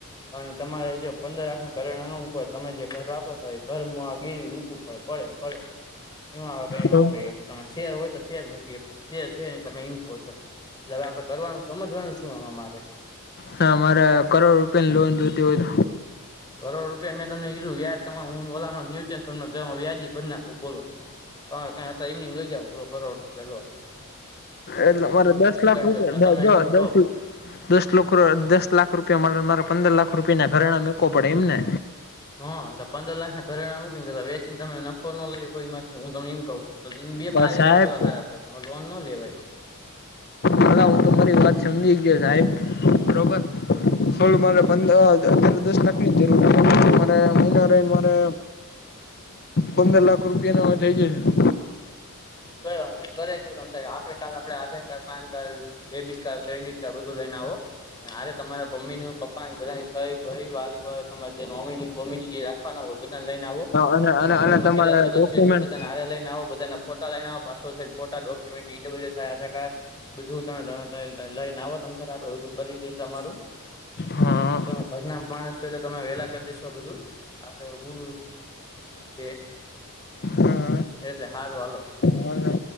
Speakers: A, on the left; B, on the left.
A: અને તમારે જો પંદર લાખ ના કરેણા ના મૂકવા હોય તમે જે ઘર વાપરતા હોય એ ઘર માં ગીરવી મૂકવું પડ પડે પડે એમાં હવે કઈ ન
B: હમ
A: ક ત શેર તો શેર મૂકી શેર છે ન તમે ઈમકો છો એટલે હવે આપડે કરવાનું સમજવાનું શું આ મારે
B: ના મારે કરોડ રૂપિયા ની લોન જોતી હો હત
A: કરોડ રૂપિયા મેં તમને કીધું વ્યાજ તમા હું ઓલામાં મ્યુચ્યઅલ ફંડમાં જ વ્યાજ ભજ નાખું બોલો હા કઈ એમ લઈ જાવોલો કરોડ પેલો.
B: એટલે મારે દસ લાખ
A: કાઢજો
B: રૂપિયા
A: પણ તમે
B: જો
A: એમ
B: દસ
A: કહો
B: લાખ. દસખ દસ લાખ રૂપિયા મારે પંદર લાખ રૂપિયા ના ઘરેણા મૂકો પડે એમને
A: હા પંદર લાખ ના ઘ કરણા મક ને વચીને તમે નફો ન લઈ કોઈમાં હું તમને ઇકવ.
B: પણ
A: બેહાર
B: સાહેબ
A: હાર પડે લોન નો લેવા
B: હા હું તમારી વાત સમજી ગયો સાહેબ બરોબર હોલો મારે પંદર અર દસ લાખ ની જરૂર છે મારે મહિના ર મારે પંદર લાખ રૂપિયા ન હવે થઇ જ છે.
A: તોઈ વાંધ કર જો તમ આપડે કાલ આપે Aadhaar card PAN card debit card credit card બધું લઈને આવો હા રે તમારા બમ્મી ન પપ્પાની બધાની સઈ ભાઈ વાલી તમાર નોમીની બોમી ની જે રાખ પા ના હોય બધાને લઈને આવો
B: અને
A: તમારા
B: અને અને
A: ઘરમાં
B: તમારા
A: કેટલા સદસ્ય
B: ડોક્યુમેન્ટ
A: છે બધાને હારે લઈને આવો બધાય. બધા લઈને આવા પાસપોર્ટ સાઈઝ ફોટા ડોક્યુમેન્ટ ઇ ડબલ્યુ છ આધારકાર્ડ બધું તમે તાર લઈને આવો તમતારે આપડે બધું કરી દઈ તમારુ
B: હા
A: તમે ઘર ના માણસ છો એટલે તમે વેલા કર દઈશું આ બધું આપડ તે,
B: હા
A: એટલે હારું હાલો.
B: હા